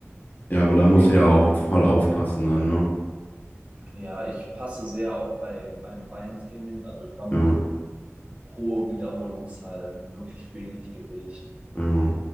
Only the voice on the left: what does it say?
Ja, aber
da muss ja
auch voll aufpassen dann,
ne?
Ja,
ja.